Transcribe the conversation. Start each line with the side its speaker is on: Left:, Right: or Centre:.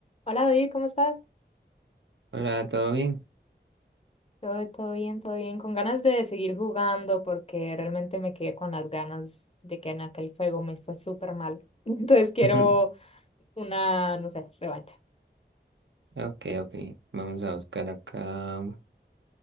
Left: Hola David, ¿cómo estás?
Right: Hola, ¿todo bien?
Left: Todo, todo bien, todo bien. Con ganas de seguir jugando porque realmente me quedé con las ganas de que en aquel juego me fue súper mal. <laughs> Entonces
Right: <laughs>
Left: quiero una, no sé, revancha.
Right: Ok, ok. Vamos a buscar acá.